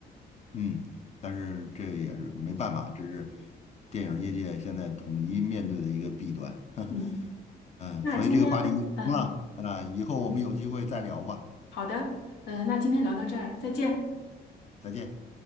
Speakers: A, on the left; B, on the left.
A: 嗯，但是这也是没办法，这是电影业界现在统一面对的一个弊端。<laughs>
B: 嗯，
A: 嗯，
B: 那今天，
A: 所以这个话题什么了？
B: 嗯，
A: 啊，以后我们有机会再聊吧，
B: 好的，嗯，那今天聊到这儿，再见。
A: 再见。